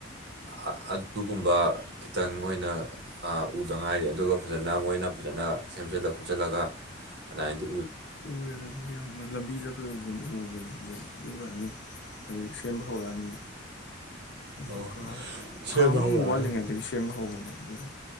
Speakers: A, on the right; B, on the left.
A: ꯑ ꯑꯗꯨꯒꯨꯝꯕ ꯈꯤꯇꯪ ꯑꯣꯏꯅ ꯎꯗꯉꯥꯏꯔꯤ ꯑꯗꯨꯒ ꯐꯖꯅ ꯃꯣꯏꯅ ꯐꯖꯅ ꯁꯦꯝꯖꯤꯜꯂ ꯈꯣꯠꯆꯜꯂꯒ ꯑꯗꯨꯃꯥꯏꯗꯤ
B: ꯎꯔꯦꯗ ꯑꯗꯨꯗꯤ ꯌꯥꯝ ꯂꯝꯕꯤ ꯆꯠꯄꯗꯁꯨ ꯑꯗꯨꯝ ꯎꯕꯅꯦ ꯑꯗꯨꯗꯤ ꯎꯔꯛꯑꯅꯤ ꯑꯗꯨ ꯁꯦꯝꯕ ꯍꯧꯔꯛꯑꯅꯤ ꯑꯗꯨꯒ
A: ꯑꯣ ꯁꯦꯝꯕ
B: ꯊꯥ ꯑꯃꯃꯨꯛ
A: ꯍꯧꯔꯛꯑꯅꯤ
B: ꯋꯥꯠꯂꯤꯉꯩꯗꯒꯤ ꯁꯦꯝꯕ ꯍꯧꯕꯅꯦ ꯑꯗꯨꯒ